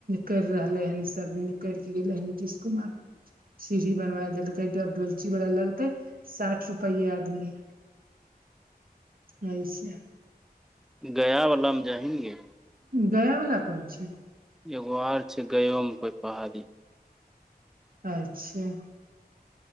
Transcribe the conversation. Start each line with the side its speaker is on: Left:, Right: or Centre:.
Right: करि रहलै हन सब निकरि कऽ गेलै हन नीतीश कुमार सीढ़ी बनबाए देलक कै डब आब डोलची बाला लगतै साठ रुपैये आदमी अय से
Centre: गया वला मे जाहि न गे
Right: गया वला कोन छियै
Centre: एगो आओर छियै गयोमे कोइ पहाड़ी
Right: अच्छा